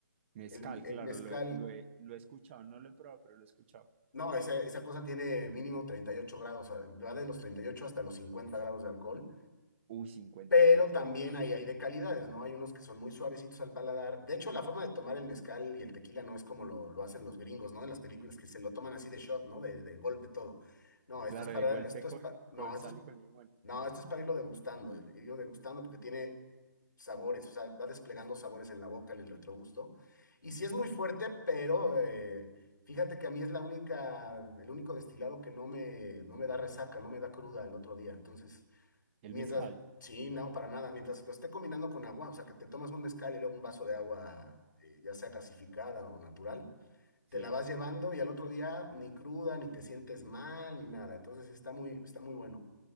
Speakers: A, on the right; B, on the left.
A: Mezcal,
B: El, el
A: claro,
B: mezcal,
A: lo he, lo he, lo he escuchado, no lo he probado, pero lo he escuchado.
B: no, esa, esa cosa tiene mínimo 38 grados, o sea, va de los 38 hasta los 50 grados de alcohol.
A: Uy, 50
B: Pero
A: es pesado.
B: también ahí hay de calidades, ¿no? Hay unos que son muy suavecitos al paladar. De hecho, la forma de tomar el mezcal y el tequila no es como lo, lo hacen los gringos, ¿no? En las películas que se lo toman así de shot, ¿no? De, de golpe todo. No, esto
A: Claro,
B: es para,
A: de golpe
B: esto
A: con,
B: es pa- no,
A: con
B: esto
A: sal
B: es,
A: y con limón,
B: no, esto es para irlo degustando, el- irlo degustando porque tiene sabores, o sea, va desplegando sabores en la boca, en el retrogusto. Y sí es
A: claro.
B: muy fuerte, pero eh, fíjate que a mí es la única, el único destilado que no me, no me da resaca, no me da cruda el otro día. Entonces... Mientras,
A: El mezcal,
B: sí, no, para nada. Mientras lo esté combinando con agua, o sea, que te tomas un mezcal y luego un vaso de agua, eh, ya sea gasificada o natural,
A: sí.
B: te la vas llevando y al otro día ni cruda, ni te sientes mal, ni nada. Entonces está muy, está muy bueno.